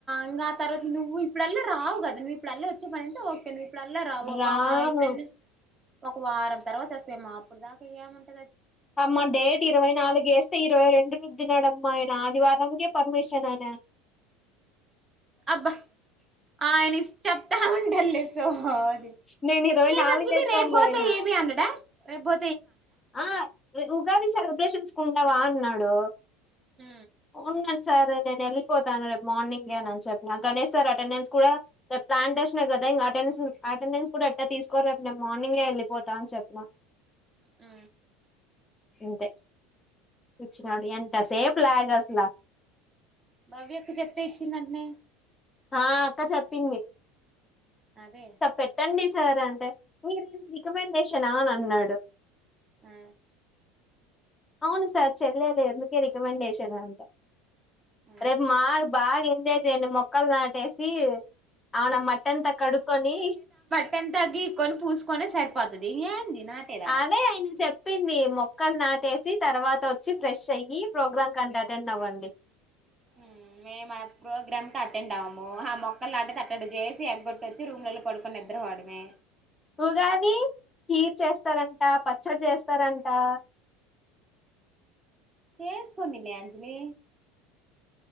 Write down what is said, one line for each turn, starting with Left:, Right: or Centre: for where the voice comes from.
Right: ఇంగ ఆతర్వాత నువ్వు ఇప్పుడల్లా రావు గద నువ్వు ఇప్పుడల్లా వచ్చేపనుంటే ఒకే నువ్ ఇపుడల్ల రావు ఒకా
Left: రాను
Right: ఇప్పుడైన ఒక వారం తర్వాత వస్తాయమ్మ అప్పుడు దాకా ఏం ఉంటది
Left: అమ్మ డేట్ ఇరవై నాలుగుస్తే ఇరవై రెండుకీ ఇచ్చినాడు పోయిన ఆదివారంకే పర్మిషన్నే
Right: అబ్బా ఆయన చెపుతా ఉంటాడు లే ఆది
Left: నేను ఇరవై
Right: ఏమంజలి
Left: నాలుగు ఏసుకోని
Right: రేపు బోతే
Left: పోయినా
Right: ఏమి అన్నాడ రేపొ
Left: ఆ ఉగాది సెలబ్రేషన్స్ కుండా వా అన్నాడు
Right: ఊ
Left: అవునండి సార్ నేను వెళ్ళిపోతాను రేపు మార్నింగే అని చెప్పిన గణేష్ సార్ అటెండెన్స్ కూడా రే ప్లాంటేషన్ కదా ఇంకా అెండెన్ అటెండెన్స్ కూడా ఎట్ట తీసుకోరు రేపు నేను మార్నింగే వెళ్ళిపోతా అని చెప్పిన
Right: ఆ
Left: ఇంతే చ్చినోడు ఎంత సేప్లాగస్లా
Right: భవ్యక్క చెప్తే ఇచ్చిందంట్నే
Left: ఆ అక్క చెప్పింది
Right: అదే
Left: సార్ పెట్టండి సార్ అంటే మీరేంది రికమెండేష్ షనా అన్నాడు.
Right: ఆ
Left: అవును సార్ చెల్లే లే అందుకే రికమండేషన్ అని అంట.
Right: ఆ.
Left: రేపు మార్ బాగా ఎ అంతే చేయండి మొక్కల్ నాటేసీ. అవునా మట్టంతా కడుక్కొనీ.
Right: ట్టంతా గీక్కొని పూసుకొనే సరిపోతది ఇగ ఏంది. నాటేది ఆడ
Left: అదే ఆయన చెప్ చెప్పిందీ మొక్కల్ నాటేసి తర్వాత వచ్ చ్చి ఫ్రెష్ అయ్యి ప్రోగ్రామ్ కండక్ట్ టెండ్ అవ్వండి.
Right: ఉమ్ మేమా ప్రోగ్రామ్కి అటెండ్ అవ్వమూ, ఆ మొక్కల్ నాటేది అట్టడ చేసీ ఎగ్గొట్టి వచ్చి రూమ్లలో పడుకొని నిద్రపోడమే.
Left: ఉగాదీ కీర్ చేస్తారంటా, పచ్చడ్ చేస్తారంటా.
Right: చేసుకోనిలే అంజలీ.